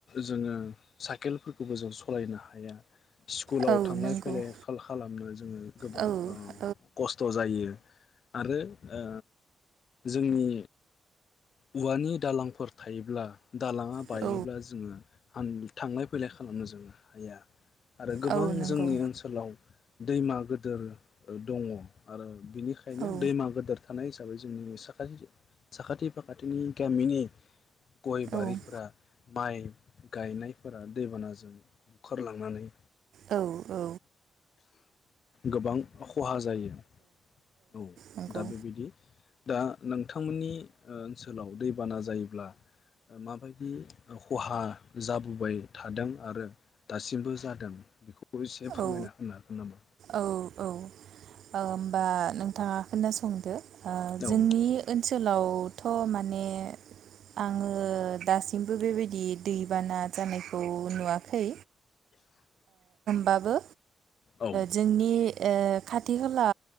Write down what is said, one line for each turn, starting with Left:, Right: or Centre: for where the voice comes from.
Left: जोङो साइकेलफोरखौबो जों सलायनो हाया स्कुलाव
Right: औ
Left: थांलाय
Right: नंगौ
Left: फैलाय खाल खालामनो जोङो गोबां
Right: औ
Left: ओ
Right: औ नंगौ औ
Left: खस्थ' जायो आरो ओ जोंनि औवानि दालांफोर थायोब्ला दालाङा बायोब्ला
Right: औ औ
Left: जोङो आं थांलाय फैलाय खालामनो जों हाया आरो गोबां
Right: औ नंगौ
Left: जोंनि ओनसोलाव दैमा गोदोर दङ आरो बिनिखायनो
Right: औ
Left: दैमा गोदोर थानाय हिसाबै जोंनि साखाथि साखाथि फाखाथिनि गामिनि गय बारिफोरा
Right: औ
Left: माइ गायनायफोरा दैबानाजों बुखारलांनानै
Right: औ औ
Left: गोबां खहा जायो। औ
Right: नंगौ
Left: दा बेबायदि दा नोंथांमोननि ओ ओनसोलाव दैबाना जायोब्ला माबायदि खहा जाबोबाय थादों आरो दासिमबो जादों बेखौ बोसे फोरमायना
Right: औ
Left: होनो हागोन नामा?
Right: औ औ ओ होमबा नों आ खोनासंदो
Left: औ
Right: जोंनि ओनसोलाव थ' माने आङो दासिमबो बेबायदि दैबाना जानायखौ नुवाखै बाबो
Left: औ
Right: जोंनि ओ खाथि खाला